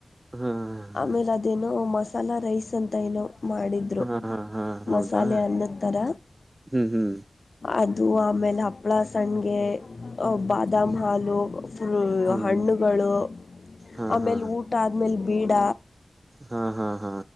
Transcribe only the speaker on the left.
ಆಮೇಲೆ ಅದೇನೋ ಮಸಾಲಾ ರೈಸ್ ಅಂತ ಏನೋ ಮಾಡಿದ ಡ್ರು
ಮಸಾಲೆ ಅನ್ನತ್ತರ.
ಅದು ಆಮೇಲೆ ಹಪ್ಳ ಸಣ್ಗೆ ಹ್ ಬಾದಾಮ
ಹಾಲು. ಫುಲ್
ಹಣ್ಣುಗಳು
ಆಮೇಲೆ
ಊಟ ಆದ್ಮೇಲೆ ಬೀಡ.